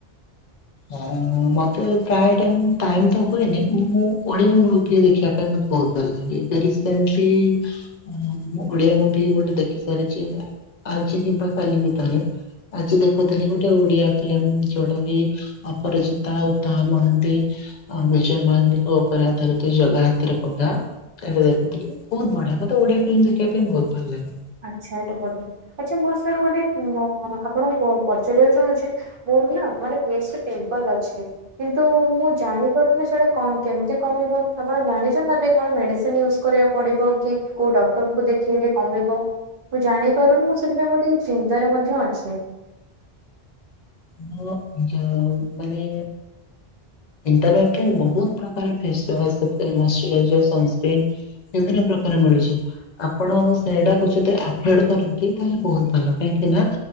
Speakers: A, on the left; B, on the right.
A: ହଁ ମତେ ପ୍ରାୟ ଟାଇମ ଟାଇମ ତ ହୁଏନି ମୁଁ ଓଳିଆ ମୂଳ ଟିକେ ଦେଖିବା ପାଇଁ ମତେ ବହୁତ ଭଲ ଲାଗେ <unintelligible> ସେମତି ହ ଓଡିଆ ମୁଭି ଗୋଟେ ଦେଖି ସାରିଛି ଆଜି କିମ୍ବା କାଲି ଭିତରେ। ଆଜି ଦେଖୁଥିଲି ଗୋଟେ ଓଡିଆ ଫିଲ୍ମ ଯୋଉଟା କି ଅପରାଜିତା, ଉତାମ ମହାନ୍ତି, ଅ ବିଜୟ ମହାନ୍ତିଙ୍କ ଉପରେ ଆଧାରିତ। ସେ ଜଗା ହାତରେ ପଘା ସେଟା ଦେଖୁଥିଲି, ବହୁତ ବଢିଆ ମତେ ଓଡିଆ ଫିଲ୍ମ ଦେଖିବା ପାଇଁ ବହୁତ ଭଲ ଲାଗେ।
B: ଛାଟ ବଟ ଆଚ୍ଛା ମୋ ସରେ ଗୋଟେ ଆପଣଙ୍କୁ ପଚାରିବାକୁ ଚାହୁଁଛି? ମୋର ନା ମାନେ ଫେସରେ ପିମ୍ପଲ ଅଛି। କିନ୍ତୁ ମୁଁ ଜାଣିପାରୁନି ସେଇଟା କଣ କେମିତି କମିବ ଆପଣ ଜାଣିଛନ୍ତି ତାର ଟିକେ କଣ ମେଡିସିନ ୟୁଜ୍ କରିବାକୁ ପଡିବ କି କୋଉ ଡକ୍ଟରଙ୍କୁ ଦେଖେଇଲେ କମିବ ମୁଁ ଜାଣି ପାରୁନି ମୁଁ ସେଥିପାଇଁ ବହୁତ ଟିକେ ଚିନ୍ତାରେ ମଧ୍ୟ ଅଛି।
A: ମୋ ଯଉ ମାନେ ଇଣ୍ଟରନେଟରେ ବହୁତ ପ୍ରକାର ଫେସୱାସ୍, ମରସୁରାଜର, ସନ୍ସକ୍ରିମ୍, ବିଭିନ୍ନ ପ୍ରକାର ମିଳୁଚି। ଆପଣ ସେଇଡାକୁ ଯେତେ ଆଭଏଡ୍ କରନ୍ତି ତାହେଲେ ବହୁତ୍ ଭଲ କାହିଁକି ନା